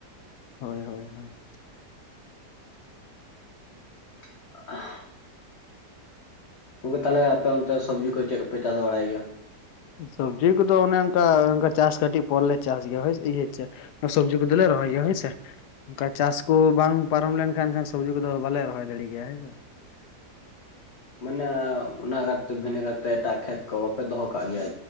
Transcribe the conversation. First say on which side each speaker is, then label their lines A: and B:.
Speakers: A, on the left; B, on the left.
A: ᱦᱳᱭ ᱦᱳᱭ ᱦᱳᱭ᱾
B: <inaudible> ᱜᱚᱝᱠᱮ ᱛᱟᱞᱦᱮ ᱟᱯᱮ ᱚᱱᱛᱮ ᱥᱚᱵᱡᱤ ᱠᱚ ᱪᱮᱫ ᱠᱚᱯᱮ ᱪᱟᱥ ᱵᱟᱲᱟᱭ ᱜᱮᱭᱟ?
A: ᱥᱚᱵᱽᱡᱤ ᱠᱚᱫᱚ ᱚᱱᱮ ᱚᱱᱠᱟ ᱚᱱᱠᱟ ᱪᱟᱥ ᱠᱟᱹᱴᱤᱡ ᱯᱚᱨᱞ ᱞᱮ ᱪᱟᱥ ᱜᱮᱭᱟ ᱦᱳᱭ ᱤᱭᱟᱹ ᱪᱮ ᱱᱟ ᱥᱚᱵᱡᱤ ᱠᱚᱫᱚ ᱞᱮ ᱨᱚᱦᱚᱭ ᱜᱮᱭᱟ ᱦᱳᱭ ᱥᱮ᱾ ᱚᱱᱠᱟ ᱪᱟᱥ ᱠᱚ ᱵᱟᱝ ᱯᱟᱨᱚᱢ ᱞᱮᱱᱠᱷᱟᱱ ᱠᱷᱟᱱ ᱥᱚᱵᱽᱡᱤ ᱠᱚᱫᱚ ᱵᱟᱞᱮ ᱨᱚᱦᱚᱭ ᱫᱟᱲᱮ ᱠᱮᱭᱟ, ᱦᱮᱸ ᱥᱮ᱾
B: ᱢᱟᱱᱮ ᱚᱱᱟ ᱠᱟᱨᱛᱮ ᱵᱷᱤᱱᱟᱹ ᱜᱟᱨᱛᱮ ᱮᱴᱟᱜ ᱠᱷᱮᱛ ᱠᱚ ᱵᱟᱯᱮ ᱫᱚᱦᱚ ᱠᱟᱜ ᱜᱮᱭᱟ